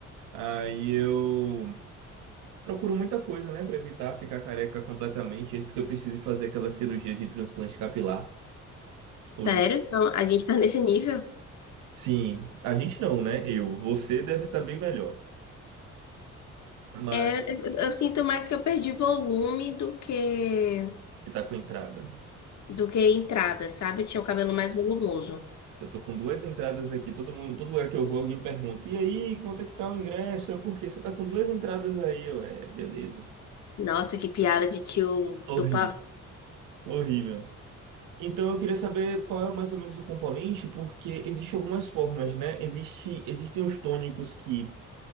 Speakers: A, on the right; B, on the left.
A: Aí eu Procuro muita coisa, né, Pra evitar ficar careca completamente antes que eu precise fazer aquela cirurgia de transplante capilar.
B: Sério?
A: Ou de...
B: Então, a gente tá <laughs> nesse nível?
A: Sim, a gente não, né? Eu. Você deve estar bem melhor, mas
B: É, eu, eu sinto mais que eu perdi volume do que
A: que tá com entrada.
B: do que entrada, sabe? Eu tinha o cabelo mais volumoso.
A: Eu tô com duas entradas aqui. Todo mundo, todo lugar que eu vou, alguém pergunta: E aí, quanto é que tá o ingresso? Eu, por quê? Você tá com duas entradas aí? Eu, é, beleza.
B: Nossa, que piada de tio
A: Horrível,
B: do pavão.
A: horrível. Então eu queria saber qual é mais ou menos o componente, porque existem algumas formas, né? Existe, existem os tônicos que